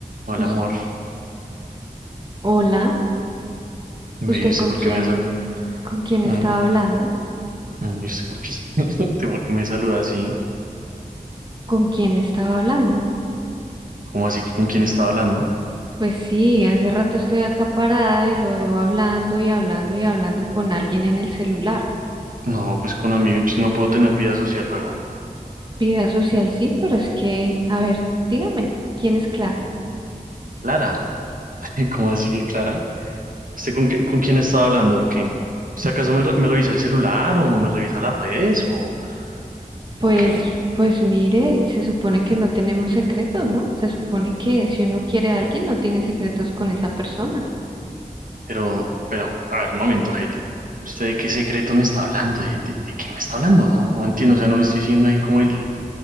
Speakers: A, on the right; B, on the right.
A: Hola,
B: Us-
A: amor.
B: Hola,
A: Me
B: ¿usted
A: dice
B: con
A: por
B: quién,
A: qué me sal...
B: con quién
A: mm,
B: estaba hablando?
A: Me dice por qué... <laughs> de por qué me saluda así.
B: ¿Con quién estaba hablando?
A: ¿Cómo así que con quién estaba hablando?
B: Pues sí, hace rato estoy acá parada y lo veo hablando y hablando y hablando con alguien en el celular.
A: No, pues con amigos. pues No puedo tener vida social luego.
B: Vida social sí, pero es que, a ver, dígame, ¿quién es Clara?
A: Clara. <laughs> ¿Cómo así que Clara? ¿Usted con, qué- con quién estaba hablando o qué? ¿Usted acaso me, re- me revisa el celular o me revisa las redes o,
B: Pues,
A: o qué?
B: pues mire, se supone que no tenemos secretos, ¿no? Se supone que si uno quiere a alguien no tiene secretos con esa persona.
A: Pero, pero, a ver, un momento, Heidi. ¿Usted de qué secreto me está hablando? ¿De, de- de qué me está hablando? No, no entiendo. O sea, no le estoy diciendo ahí como el,